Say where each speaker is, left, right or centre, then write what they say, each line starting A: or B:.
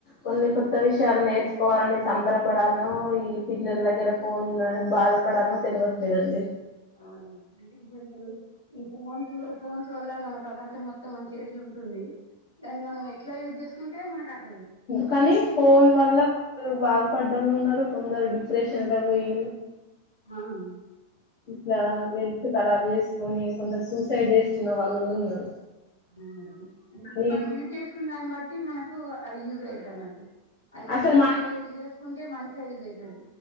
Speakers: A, on the left (about 50°); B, on the left (about 75°).
A: కొన్ని కొత్త విషయాలు నేర్చుకోవాలని సంబరపడాల్నో ఈ పిల్లల దగ్గర ఫోన్ల బాధపడాల్నో తెలువట్లేదండి
B: ఆ ఇప్పుడు ఈ ఫోన్స్ ఫోన్స్ వల్ల మన ప్రపంచం మొత్తం మన చేత్లుంటుంది దాన్ని మనం ఎట్లా యూజ్ చేసుకుం టే మన కట్
A: కానీ ఫోన్ వల్ల కొందరు బాగుపద్దోళ్ళు ఉన్నారు కొందరు ప్రేషన్ంత పోయి
B: ఆ
A: ఇట్లా వేర్ ఖరాబ్ చేసుకొని కొందరు సూసైడ్ చేసుకున్న వాళ్ళు కూడా ఉన్నారు
B: మేడం అంటే ఇప్పుడు
A: అని
B: మనం యూస్ చేస్ కు దాన్ని బట్టి మనకు యూజ్ అయి అది
A: అసలు
B: మంచిగా
A: మన
B: యూజ్ చేసుకుంటే మంచిగా యూజ్ అవుతది